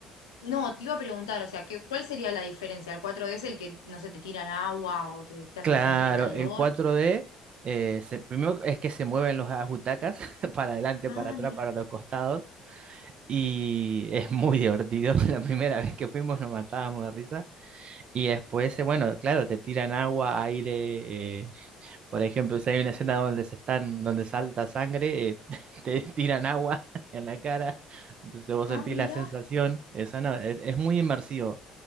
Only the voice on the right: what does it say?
Claro,
el 4D, eh, se- primero es que se mueven las butacas <laughs> para adelante,
para atrás,
para los costados. Y es muy divertido. <laughs> La primera vez que fuimos nos matábamos de risa. Y después, eh, bueno, claro, te tiran agua, aire. eh, por ejemplo, si hay una escena donde se están, donde salta sangre, eh, <laughs> te tiran agua <laughs> en la cara. Entonces vos
sentís
la sensación. Esa no, es, es muy inmersivo.